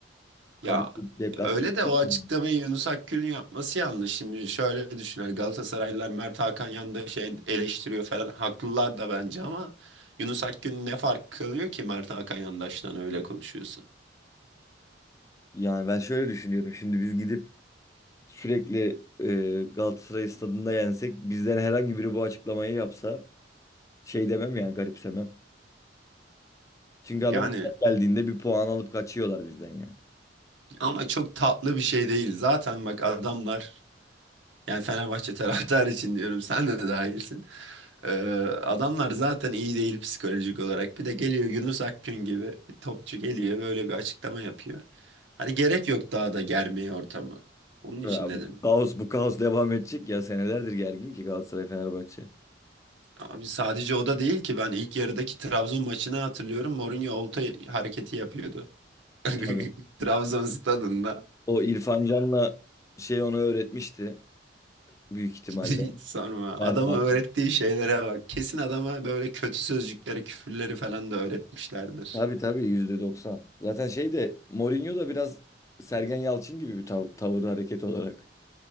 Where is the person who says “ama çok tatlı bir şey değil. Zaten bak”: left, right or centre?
Right